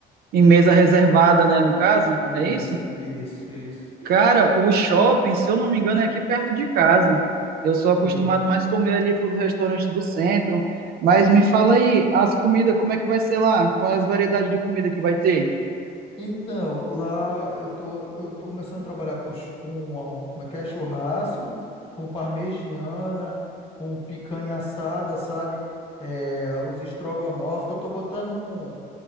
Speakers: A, on the right; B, on the left.
A: Em mesa reservada, né, no caso?
B: Isso,
A: É isso?
B: isso, isso.
A: Cara, o shopping, se eu não me engano, é aqui perto de casa. Eu sou
B: Sim.
A: acostumado mais comer ali para os restaurantes do centro. Mas me fala aí, as comidas, como é que vai ser lá? Qual é as variedades de comida que vai ter?
B: Então, lá eu tô, eu tô começando a trabalhar com, chu- com ah, um, como é que é? Churrasco, com parmegiana, com picanha assada, sabe? É, os estrogonofe, que eu tô botando um.